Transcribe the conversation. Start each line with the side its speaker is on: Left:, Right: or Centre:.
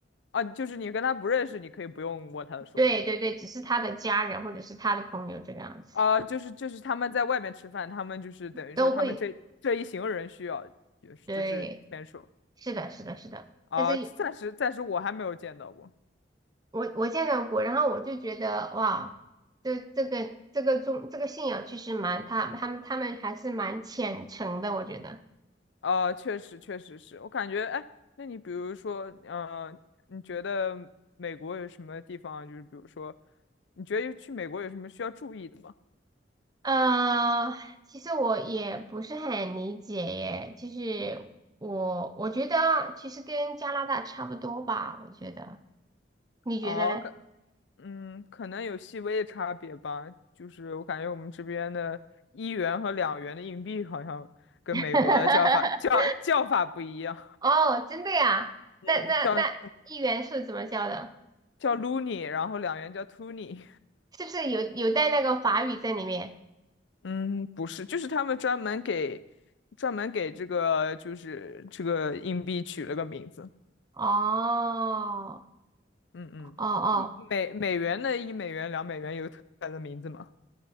Left: 啊，就是你跟他不认识，你可以不用握他的手
Right: 对对对，只是他的家人或者是他的朋友这个样子，
Left: 啊。就是就是他们在外面吃饭，他们就是等于说他们这这一行人需要就是就是牵手
Right: 都会，对，是的，是的，是的。
Left: 啊。
Right: 但是
Left: 暂时暂时我还没有见到过
Right: 我我见到过，然后我就觉得哇，这这个这个宗这个信仰其实蛮他他们他们还是蛮虔诚的，我觉得。
Left: 啊，确实确实是我感觉哎，那你比如说嗯、呃你觉得美国有什么地方就是比如说你觉得去美国有什么需要注意的吗？
Right: 呃，其实我也不是很理解耶，就是我我觉得其实跟加拿大差不多吧，我觉得，你觉得呢？
Left: 哦，嗯，可能有细微的差别吧，就是我感觉我们这边的一元和两元的硬币好像跟美国的叫法叫叫法不一样，
Right: <laughs> 哦，真的呀？
Left: <laughs> 嗯，
Right: 那那那议员是怎么教的？
Left: 叫叫 loonie，然后两元叫 toonie，
Right: 是不是有有带那个法语在里面？
Left: 嗯，不是，就是他们专门给专门给这个就是这个硬币取了个名字，
Right: 哦
Left: 嗯嗯，
Right: 哦哦。
Left: 一美美元的一美元、两美元有特别的名字吗？